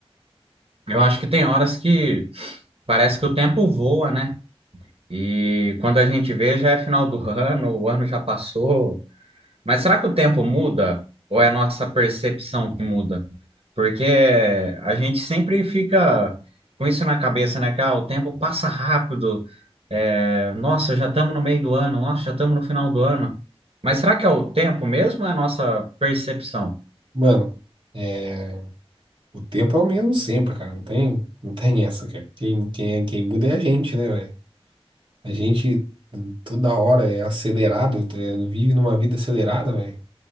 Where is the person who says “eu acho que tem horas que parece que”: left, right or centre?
Right